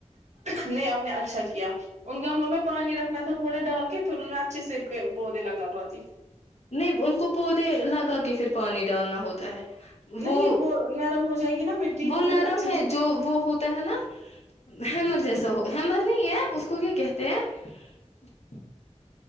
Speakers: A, on the right; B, on the left.
A: نہیں آپ نے اچھا کیا ان گملوں میں پانی رکھنا تھا تھوڑا ڈال کے پھر ان میں اچھے سے پودے لگا پاتی
B: نہیں ان کو پودے لگا کے پھر پانی ڈالنا ہوتا ہے
A: نہیں
B: وہ
A: نرم ہو جائے گی نا مٹی
B: وہ نرم
A: پھر اچھے
B: ہے
A: سے
B: جو وہ ہوتا ہے نا ہیمر جیس سو حمر نہیں ہے آپ اس کو کیا کہتے ہیں